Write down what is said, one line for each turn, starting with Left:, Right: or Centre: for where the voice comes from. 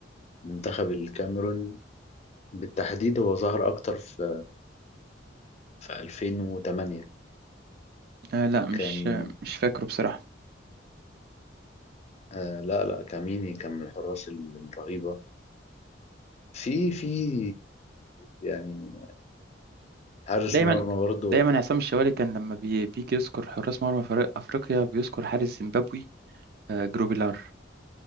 Left: منتخب الكاميرون بالتحديد هو ظهر أكتر في في 2008
Right: آه لا مش
Left: كان
Right: آه، مش فاكره بصراحة
Left: آه لا لا كاميني كان من الحراس ال- الرهيبة في في يعني حارس
Right: دايما
Left: مرمى برضه
Right: دايما عصام الشوالي كان لما بي- بيجي يذكر حراس مرمى فريق أفريقيا بيذكر حارس زيمبابوي آه، جروبيلار